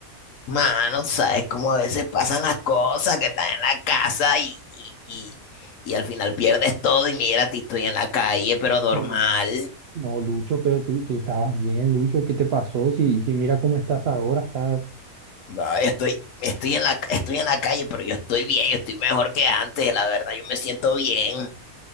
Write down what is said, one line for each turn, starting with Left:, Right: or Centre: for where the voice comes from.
Left: Mano, sabes cómo a veces pasan las cosas, que estás en la casa y, y, y, y al final pierdes todo y mira, ti estoy en la calle, pero normal.
Right: No, no, Lucho, pero tú, tú estabas bien, Lucho. ¿Qué te pasó? Si, si mira cómo estás ahora, estás.
Left: Ay, estoy, estoy en la, estoy en la calle, pero yo estoy bien, yo estoy mejor que antes, la verdad, yo me siento bien.